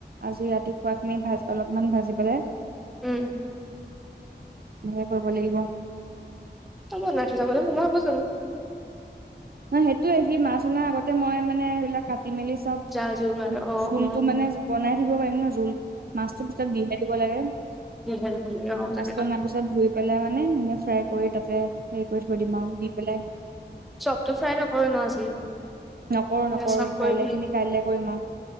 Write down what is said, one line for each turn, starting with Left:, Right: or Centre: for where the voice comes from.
Right: আজি ৰাতি খোৱাখিনি ভাজ অলপমান ভাজি পেলাই।
Centre: উম!
Right: এনেকে কৰিব লাগিব।
Centre: এ বনাই থৈ যাবলে সময় হব চুন।
Right: ন সেইটোয়ে সি মাছ অনা আগতে মই মানে সেইবিলাক কাটি, মেলি চব
Centre: যা যোগাৰ অ
Right: জোলটো
Centre: অ
Right: মানে বনাই দিব পাৰিম ন! জোল মাছটো পিছত দিহে দিব লাগে।
Centre: দিহে দিব লাগে অ তাত।
Right: মাছটো অনাৰ পিছত ধুই পেলাই মানে এনেই ফ্ৰাই কৰি তাতে হেৰি কৰি থৈ দিম আৰু দি পেলাই
Centre: চবটো ফ্ৰাই নকৰ ন আজি?
Right: নকৰো, নকৰো
Centre: নে চব কৰিবি?
Right: কাইলে খিনি কাইলে কৰিম আৰু।